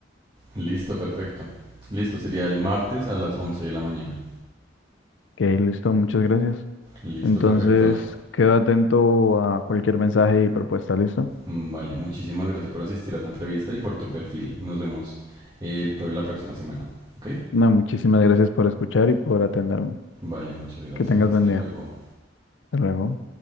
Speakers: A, on the right; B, on the left.
A: Listo, perfecto. Listo, sería el martes a las 11 de la mañana.
B: Ok, listo, muchas gracias.
A: Listo,
B: Entonces,
A: perfecto.
B: quedo atento a cualquier mensaje y propuesta, ¿listo?
A: Mm, Vale, muchísimas gracias por asistir a esta entrevista y por tu perfil. Nos vemos eh, el pro- la próxima semana. ¿Ok?
B: No, muchísimas gracias por escuchar y por atenderme.
A: Vale, muchas gracias.
B: Que tengas
A: Hasta
B: buen
A: luego.
B: día. Hasta luego.